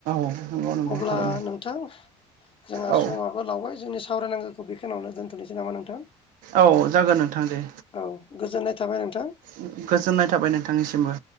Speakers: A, on the right; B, on the left.
A: अ नंगौ नंगौ
B: अब्ला
A: थारैनो।
B: नोंथां जोंहा
A: औ
B: समाबो लावबाय जोंनि सावरायनांगौखो बेखिनियावनो दोनथ'नोसै नामा नोंथां?
A: औ जागोन नोंथां दे।
B: औ गोजोननाय थाबाय नोंथां।
A: ओ ओम गोजोननाय थाबाय नोंथांनिसिमबो।